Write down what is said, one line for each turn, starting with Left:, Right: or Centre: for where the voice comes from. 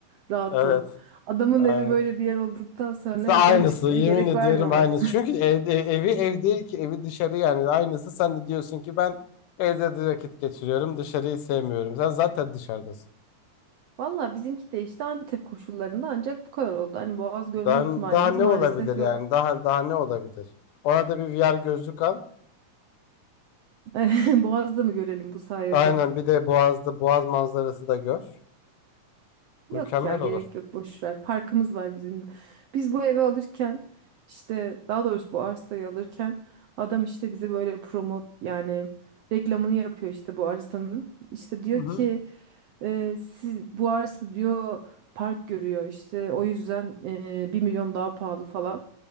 Right: rahat
Left: Evet.
Right: ol. Adamın
Left: Aynen.
Right: evi böyle bir yer olduktan sonra
Left: Aynısı
Right: evden çıkmaya
Left: yemin
Right: gerek
Left: ediyorum
Right: var mı?
Left: aynısı. Çünkü ev- ev- evi ev değil ki evi dışarı yani aynısı. Sen de diyorsun ki ben evde de vakit geçiriyorum dışarıyı sevmiyorum. Sen zaten dışarıdasın.
Right: Valla bizimki de işte Antep koşullarında ancak bu kadar oldu. Hani Boğaz görme
Left: Daha,
Right: ihtimalimiz
Left: daha ne
Right: maalesef
Left: olabilir yani
Right: yok.
Left: daha daha ne olabilir? Ona da bir VR gözlük al.
Right: <laughs> Boğaz'da mı görelim bu sayede?
Left: Aynen bir de Boğaz'da Boğaz manzarası da gör.
Right: Yok
Left: Mükemmel
Right: ya gerek
Left: olur.
Right: yok boş ver. Parkımız var bizim. de. Biz bu evi alırken işte daha doğrusu bu arsayı alırken adam işte bize böyle promo yani reklamını yapıyor işte bu arsanın. İşte diyor
Left: Hı hı.
Right: ki e, siz bu arsa diyor park görüyor işte o yüzden e, 1 milyon daha pahalı falan.